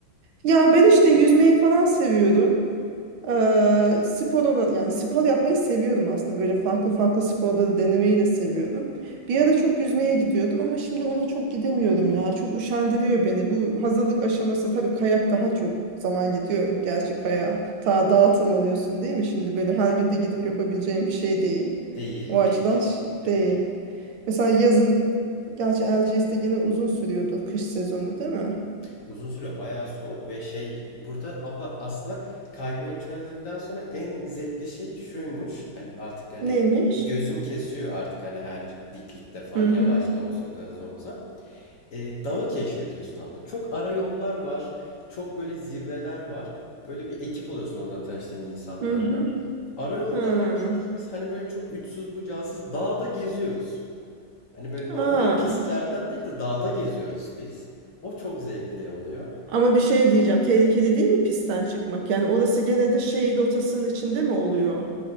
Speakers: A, on the right; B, on the left.
A: Ya ben işte yüzmeyi falan seviyorum. Eee, spor olan yani spor yapmayı seviyorum aslında böyle farklı farklı sporları denemeyi de seviyorum. Bir ara çok yüzmeye gidiyordum ama şimdi ona çok gidemiyorum ya. Çok üşendiriyor beni. Bu hazırlık aşaması tabii kayak daha çok zaman gidiyor. Gerçi kayağa ta dağa tırmanıyorsun değil mi? Şimdi böyle her gün de gidip yapabileceğin bir şey değil.
B: Değil,
A: O açıdan
B: değil. Kesinlikle
A: ş- değil.
B: değil.
A: Mesela yazın gerçi Erciyes'te yine uzun sürüyordu kış sezonu değil mi?
B: Uzun süre bayağı soğuk ve şey burada abla aslında kaymayı çözdükten sonra en zevkli şey şuymuş. Hani artık hani
A: Neymiş?
B: gözüm kesiyor artık hani her diklikte falan
A: Hı
B: yavaş
A: hı.
B: da olsa o kadar hızlı olmasa. E, dağı keşfediyorsun abla. Çok ara yollar var. Çok böyle zirveler var. Böyle bir ekip oluyorsun oradan tanıştığın insanlarla.
A: Hı hı.
B: Ara yollarla
A: Hı.
B: bildiğimiz hani böyle çok uçsuz bucağısız dağda geziyoruz. Hani böyle
A: Aa.
B: normal pistlerden değil de dağda geziyoruz biz. O çok zevkli oluyor.
A: Ama bir şey diyeceğim. Tehlikeli değil mi pistten çıkmak? Yani orası gene de şehit otasının içinde mi oluyor?